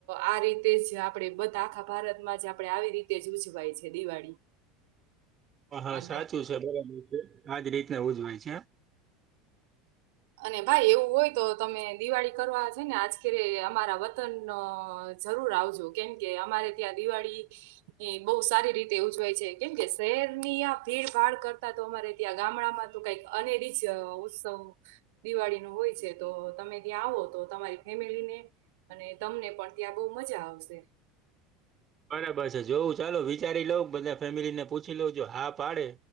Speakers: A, on the right (about 60°); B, on the right (about 30°).
A: આ રીતે જ આપણે બધા આખા ભારતમાં જે આપણે આવી રીતે તે જ ઉજવાય છે દિવાળી
B: હ હા
A: અને
B: સાચું છે બરાબર છે આજ રીતને ઉજવાય છેમ
A: અને ભાઈ એવું હોય તો તમે દિવાળી કરવા છે ને આજખરે અમારા વતન ન જરૂર આવજો કેમ કે અમારે ત્યાં દિવાળી એ બહુ સારી રીતે ઉજવાય છે કેમ કે શહેર ની આ ભીડ ભાડ કરતા તો અમારે ત્યાં ગામડામાં તો કઈક અનેરી જ ઉત્સવ દિવાળી નું હોય છે તો તમે ત્યાં આવો તો તમારી ફેમિલીને અને તમને પણ ત્યાં બહુ મજા આવશે
B: બરાબર છે જોવું ચાલો વિચારી લઉં બધા ફેમિલી ને પૂછી લઉં જો હા પાડે